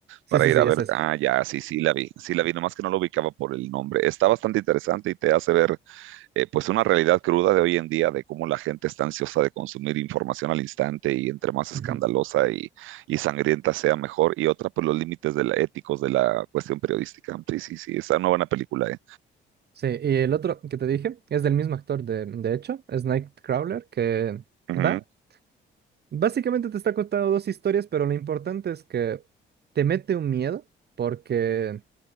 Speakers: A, on the right (about 55°); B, on the right (about 85°).
A: Sí,
B: Para
A: sí,
B: ir
A: sí,
B: a
A: es
B: ver,
A: esa.
B: ah, ya, sí, sí la vi, sí la vi, nomás que no lo ubicaba por el nombre. Está bastante interesante y te hace ver eh, pues una realidad cruda de hoy en día de cómo la gente está ansiosa de consumir información al instante y entre más escandalosa
A: Ujú.
B: y, y sangrienta sea mejor. Y otra, pues los límites de la, éticos de la cuestión periodística. Sí, sí, sí, esa no buena película, ¿eh?
A: Sí, y el otro que te dije es del mismo actor, de, de hecho, es Nightcrawler, que
B: Ujú,
A: va, básicamente te está contando dos historias, pero lo importante es que te mete un miedo porque...